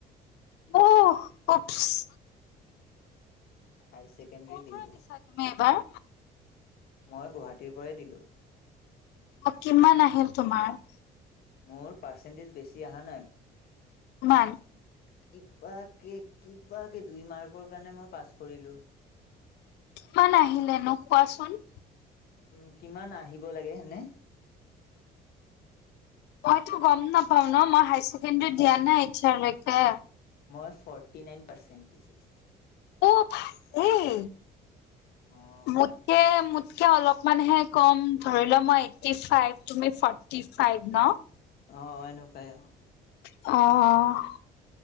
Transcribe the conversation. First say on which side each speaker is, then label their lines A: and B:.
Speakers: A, on the left (about 85°); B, on the left (about 65°).
A: অ ওপছ'।
B: হাই ছেকেনড্ৰি
A: ক'ৰ পৰা
B: দিলো।
A: দিছা তুমি এবাৰ
B: মই গুহাটীৰ পৰাই দিলো।
A: অ কিমান আহিল তোমাৰ?
B: মোৰ পাৰ্চেণ্টেজ বেছি আহা নাই।
A: কিমান?
B: কিবাকে কিবাকে দুই মাৰ্কৰ কাৰণে মই পাছ কৰিলো।
A: কিমান আহিলেনো কোৱাচোন।
B: উম কিমান আহিব লাগে হেনে?
A: মইতো গম নাপাওঁ ন। মই হাই ছেকেন্দ্ৰি দিয়া নাই এতিয়ালৈকে।
B: মই ফৰ্টি নাইন পাৰ্চেণ্টেজ আইছিলে।
A: অ ভালেই।
B: অ',
A: মোতকে মোতকে অলপ মানহে কম। ধৰি লোৱা মই এইটটি ফাইভ, তুমি ফৰ্টি ফাইভ ন?
B: অ এনেকুৱাই অ।
A: অ, অ।